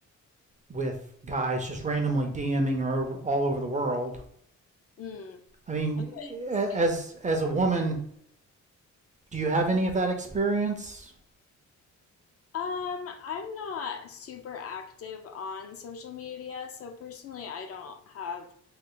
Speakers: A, on the right; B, on the left.
A: with guys just randomly dming her over, all over the world
B: Mm,
A: i mean
B: okay.
A: as
B: sweet.
A: as a woman do you have any of that experience
B: Um, I'm not super active on social media, so personally, I don't have